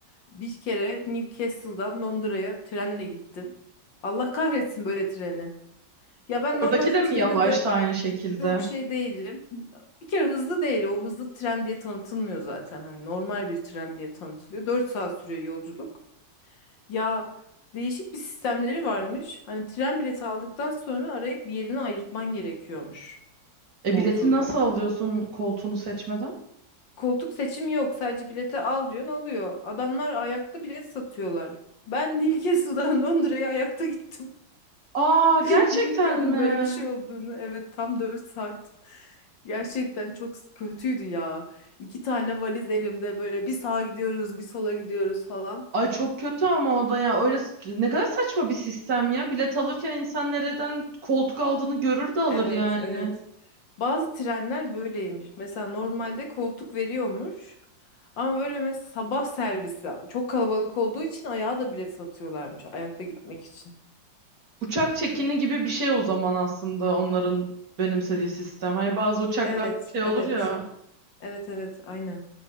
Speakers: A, on the left; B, on the right.
A: bir kere Newcastle'dan Londra'ya trenle gittim. Allah kahretsin böyle treni. Ya ben
B: Oradaki
A: normalde
B: de mi
A: trene
B: yavaşsa
A: de
B: aynı şekilde?
A: çok şey değilim. Bir kere hızlı değil. O hızlı tren diye tanıtılmıyor zaten. Hani normal bir tren diye tanıtılıyor. 4 saat sürüyor yolculuk. Ya değişik bir sistemleri varmış. Hani tren bileti aldıktan sonra arayıp bir yerini ayırtman gerekiyormuş koltuğunu.
B: E bileti nasıl alıyorsun koltuğunu seçmeden?
A: Koltuk seçimi yok. Sadece bileti al diyorsun alıyor. Adamlar ayakta bilet satıyorlar. Ben Newcastle'dan <laughs> Londra'ya ayakta gittim.
B: Aa gerçekten
A: <laughs> Bilmiyordum
B: mi?
A: böyle bir şey olduğunu. Evet tam 4 saat. Gerçekten çok kötüydü ya. İki tane valiz elimde böyle bir sağa gidiyoruz bir sola gidiyoruz falan.
B: Ay çok kötü ama o da ya. Öyle ne kadar saçma bir sistem ya. Bilet alırken insan nereden koltuk aldığını görür de alır
A: Evet
B: yani.
A: evet. Bazı trenler böyleymiş. Mesela normalde koltuk veriyormuş. Ama böyle mesela sabah servisi çok kalabalık olduğu için ayağa da bilet satıyorlarmış. Ayakta gitmek için.
B: Uçak çekini gibi bir şey o zaman aslında onların benimsediği sistem. Hani bazı uçaklar
A: Evet,
B: şey olur
A: evet.
B: ya.
A: Evet, evet, aynen.